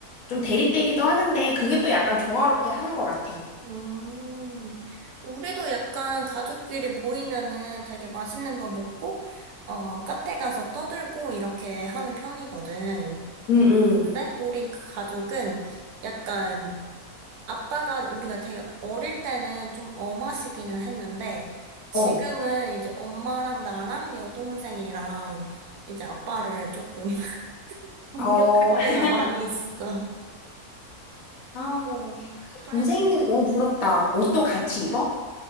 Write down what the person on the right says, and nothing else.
음, 우리도 약간 가족끼리 모이면은 되게 맛있는 거 먹고, 어, 카페 가서 떠들고 이렇게 하는 편이거든.
근데
우리 가족은 약간 아빠가 우리가 되게 어릴 때는 좀 엄하시기는 했는데, 지금은
이제 엄마랑 나랑 여동생이랑 이제 아빠를 조금 <laughs> 공격할
때가
많이 있어.
어. 그래도,